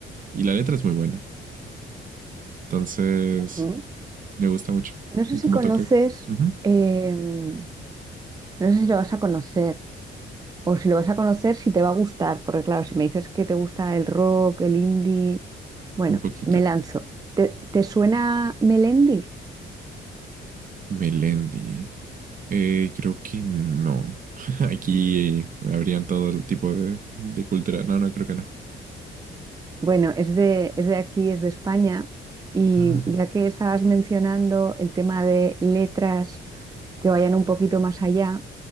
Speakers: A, on the right; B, on the right.
A: Y la letra es muy buena. Entonces,
B: Ujú.
A: me gusta mucho.
B: No sé
A: Y
B: si
A: como
B: conoces,
A: toca ujú,
B: eh, no sé si lo vas a conocer, o si lo vas a conocer, si te va a gustar, porque claro, si me dices que te gusta el rock, el indie, bueno,
A: un poquito.
B: me lanzo. ¿Te, te suena Melendi?
A: Melendi. Eh, creo que no. <laughs> Aquí eh, habrían todo el tipo de, de cultura. No, no, creo que no.
B: Bueno, es de, es de aquí, es de España, y
A: Ah,
B: ya que estabas mencionando el tema de letras que vayan un poquito más allá,